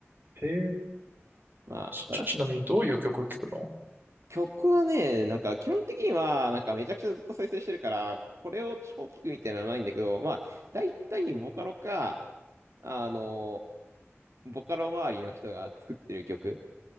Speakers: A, on the right; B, on the right.
A: へえ。
B: まあ、
A: ちょ、
B: ただ、
A: ちなみにどういう曲を聴くの
B: 曲はね、なんか基本的にはなんかめちゃくちゃずっと再生してるから、これを超聞くみたいなのはないんだけど、まあ、だいたいボカロか、あの、ボカロ周りの人が作ってる曲